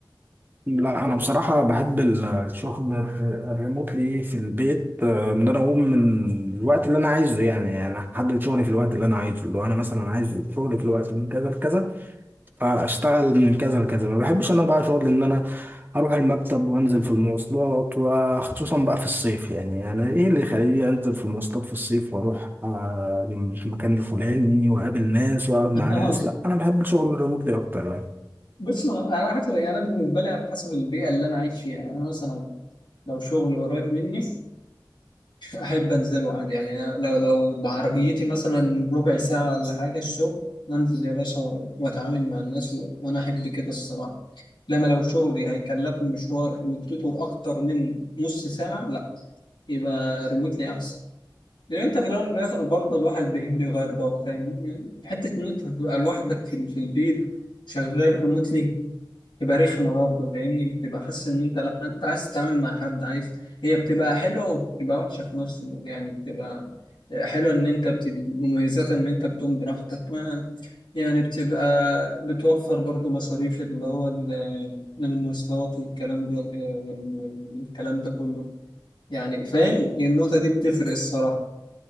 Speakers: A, on the right; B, on the left.
A: لا انا بصراحه بحب ال- الشغل الر- الريموتلي في البيت آه، ان انا اقوم من الوقت اللي انا عايزه يعني انا احدد شغلي في الوقت اللي انا عايزه لو انا مثلا عايز شغلي في الوقت من كذا لكذا فاشتغل من كذا لكذا ما بحبش انا بقى شغل ان انا اروح المكتب وانزل في المواصلات وخصوصا بقى في الصيف يعني انا ايه اللي يخليني انزل في المواصلات في الصيف واروح آه، المكان الفلاني واقابل ناس واقعد مع
B: <laughs>
A: ناس لا انا بحب الشغل الريموتلي اكتر يعني
B: بص ما- على حسب يعني انا بالنسبه لي على حسب البيئه اللي انا عايش فيها يعني انا مثلا لو شغل قريب مني أحب أنزله عادي يعني أنا لو لو بعربيتي مثلا ربع ساعة ولا حاجة الشغل أنزل يا باشا و- وأتعامل مع الناس و- وأنا أحب كده الصراحة لما لو شغلي هيكلفني مشوار مدته أكتر من نص ساعة لأ يبقى ريموتلي أحسن لأن أنت في الأول والآخر برضه الواحد بيحب يغير جو فاهم يعني حتة إن أنت تبقى لوحدك في في البيت شغال ريموتلي تبقى رخمة برضه فاهمني بتبقى حاسس إن أنت لأ أنت عايز تتعامل مع حد عايز هي بتبقى حلوة وبتبقى وحشة في نفس الوقت يعني بتبقى حلوة إن أنت بت... مميزاتها إن أنت بتقوم براحتك ما يعني بتبقى بتوفر برضه مصاريف اللي هو ال- المواصلات والكلام ده وال- وال- والكلام ده كله يعني فاهم النقطة دي بتفرق الصراحة